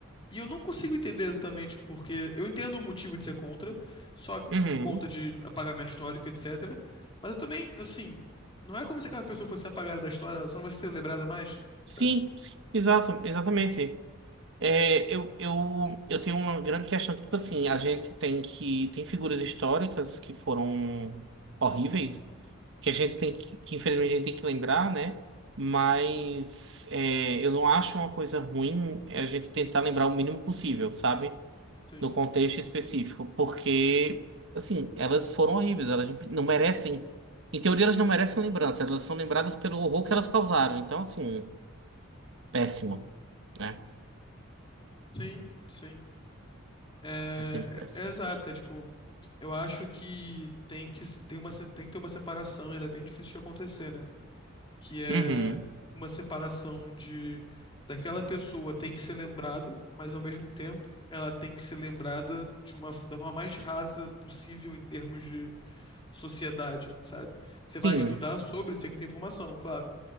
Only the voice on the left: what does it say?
E eu não consigo entender exatamente porque. Eu entendo o motivo de ser contra, só
por conta de apagamento histórico, etc. Mas eu também, assim, não é como se aquela pessoa fosse apagada da história, ela só não vai ser lembrada mais,
sabe?
Sim,
sim, sim. É,
é- é exato, é tipo, eu acho que tem que, tem uma, se- tem que ter uma separação, e ela é bem difícil de acontecer, né? que é
uma separação de daquela pessoa tem que ser lembrada, mas ao mesmo tempo ela tem que ser lembrada de uma da forma mais rasa possível em termos de sociedade, sabe? Você vai
estudar sobre, você tem que ter informação, claro,